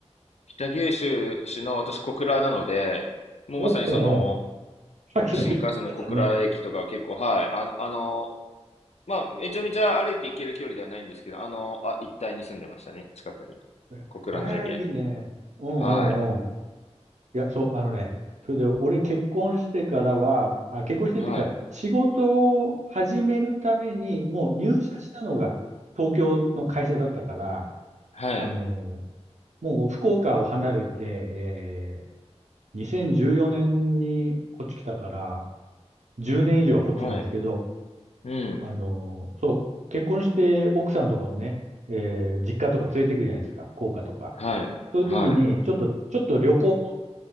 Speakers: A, on the left (about 65°); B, on the right (about 90°).
A: 北九州市の私、小倉なので、もうまさにその、
B: おうおうおう。さっきの色同じだね。
A: 新幹線の小倉駅とかは結構、はい。あ、あの、まあ、めちゃめちゃ歩いて行ける距離ではないんですけど、あの、あ、一帯に住んでましたね。近くに。
B: ええー、
A: 小倉のエリアに。
B: いいね。うんうんうん。
A: はい。
B: いや、そう、あのね、それで俺結婚してからは、あ、結婚してっていうか、
A: はい。
B: 仕事を始めるために、もう入社したのが東京の会社だったから、
A: はい。
B: あの、もう福岡を離れて、えー、2014年にこっち来たから、10年以上はこっちなんですけど、
A: はい。うん。
B: あの、そう、結婚して奥さんとかをね、えー実家とか連れて行くじゃないですか、福岡とか。
A: はい。
B: そういう時に、
A: はい。
B: ちょっと、ちょっと旅行も